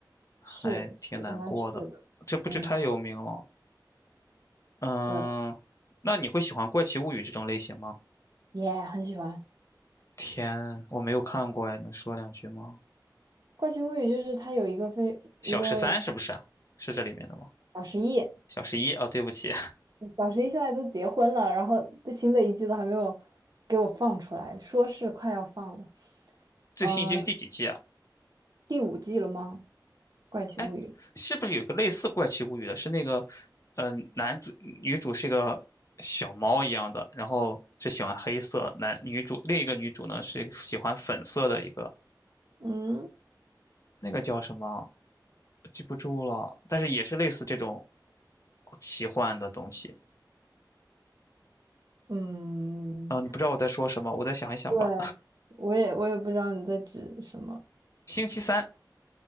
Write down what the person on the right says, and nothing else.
是是应该是的，
嗯，
对，
也、很喜欢
《怪奇物语》，就是它有一个非一个
小实验。
小十一现在都结婚了，然后这新的一季都还没有给我放出来，说是快要放了。
呃，第五季了吗？《怪奇物语》。
嗯，
嗯，
对，我也我也不知道你在指什么。